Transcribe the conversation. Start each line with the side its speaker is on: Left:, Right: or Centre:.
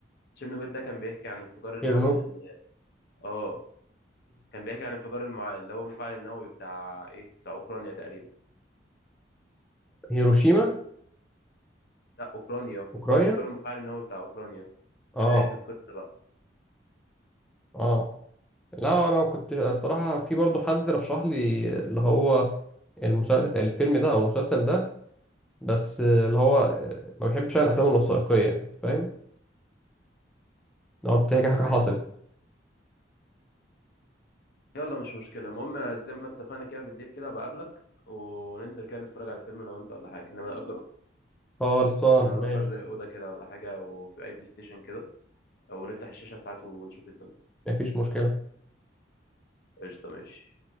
Left: تشيرنوبيل ده كان بيحكي عن انفجار المع...
Centre: شيرنوب
Left: ال- اه كان بيحكي عن انفجار المع... اللي هو المفاعل النووي بتاع ايه بتاع اوكرانيا تقريبا
Centre: هيروشيما
Left: لا اوكرانيا
Centre: اوكرانيا
Left: انفجار المفاعل النووي بتاع اوكرانيا
Centre: اه
Left: كان بيحكي القصة بقى
Centre: اه لا انا كنت الصراحه في برضو حد رشح لي اللي هو المسلسل الفيلم ده او المسلسل ده بس اللي هو ما بحبش انا الافلام الوثائقيه فاهم لو بتحكي حاجه
Left: عادي
Centre: حصلت
Left: يلا مش مشكلة المهم زي ما اتفقنا كده بالليل كده بقابلك وننزل كده نتفرج على فيلم انا وانت ولا حاجة لما نأجر
Centre: خلصان
Left: لما نأجر
Centre: ماشي
Left: زي أوضة كده ولا حاجة وفي أي بلاي ستيشن كده أو نفتح الشاشة بتاعته ونشوف الدنيا
Centre: مفيش مشكله
Left: قشطة ماشي